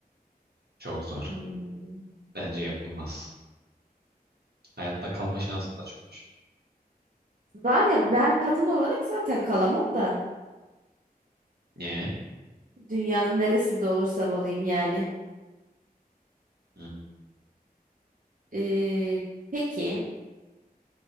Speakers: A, on the right (about 85°); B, on the right (about 55°).
A: Çok zor.
B: hmm.
A: Bence yapılmaz. Hayatta kalma şansın da çok düşük.
B: Var ya ben kadın olarak zaten kalamam da.
A: Niye?
B: Dünyanın neresinde olursam olayım yani.
A: Hı.
B: Ee, peki.